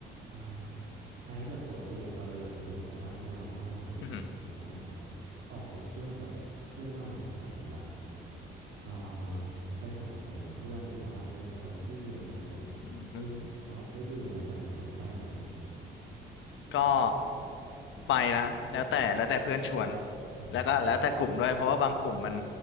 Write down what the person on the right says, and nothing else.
เอ่อไอซ์แบบปกติอะว่าเราอยากรู้เหมือนกันว่าเวลาว่างแบบเย็นๆอะไรเงี้ย
ออกไปเที่ยวกับเพื่อนบ้างไหมหมายถึงแบบอ่าไปสังสรรค์กับเพื่อนหรือว่าไปจอยตี้อะไรเงี้ยแบบ
ไปลูฟท็อปไปดื่มอะไรกันแบบเนี้ยไปไหมอ่ะ
อืม